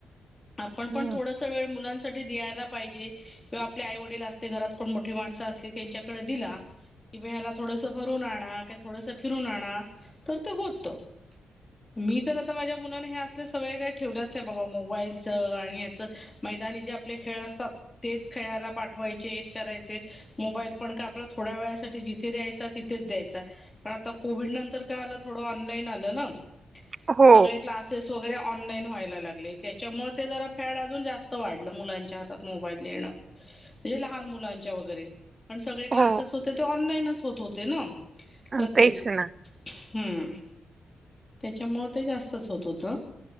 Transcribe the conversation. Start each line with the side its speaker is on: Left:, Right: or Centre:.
Left: आपण पण
Right: हं.
Left: थोडस वेळ मुलांसाठी दयाल दिला पाहिजे किंवा आपले आई-वडील असते घरात कोण मोठी माणसं असली त्यांच्याकडे दिला कि भ्याला थोडस भरून आणा का थोडसं फिरून आणा तर ते होत. मी तर आता माझ्या मुलाने हे असले सवयी काही. ठेवलंच नाही बाबा मोबाईल - च आणि याच मैदानी जे आपले खेळ असतात. तेच खेळायाला पाठवायचे हेच करायचे मोबाईल पण काय आपला थोड्या वेळासाठी जिथे द्यायचा. तिथेच द्यायचा. कारण आता कोविड नंतर कळाल थोड ऑनलाईन आलं ना,
Right: हो,
Left: सगळे क्लासेस वैगेरे ऑनलाईन व्हायला लागले ते त्याचा मुळे ते जरा फॅड आजुन जास्त वाढल. मुलांच्या हातात मोबाईल देणं, ते लहान मुलांच्या वैगरे पण सगळे क्लासेस
Right: हो
Left: होते ते. ऑनलाईनच होत होते ना.
Right: हा
Left: प्रत्येक
Right: तेच ना -
Left: हम्म त्याच्या मुळ ते जास्तच होत होत.